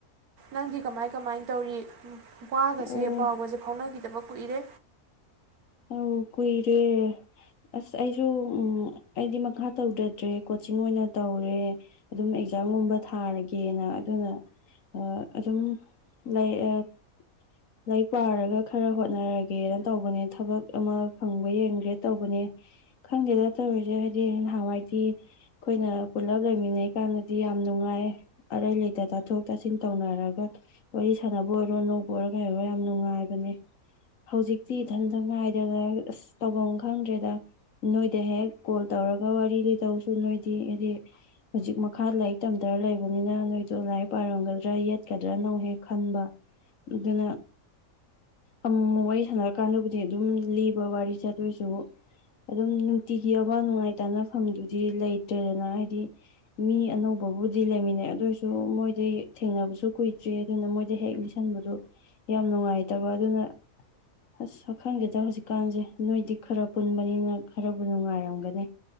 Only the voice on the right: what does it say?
ꯅꯪꯗꯤ ꯀꯃꯥꯏ ꯀꯃꯥꯏ ꯇꯧꯔꯤ ꯋꯥꯒꯁꯦ
ꯄꯥꯎꯒꯁꯦ ꯐꯥꯎꯅꯒꯤꯗꯕ ꯎꯔꯦ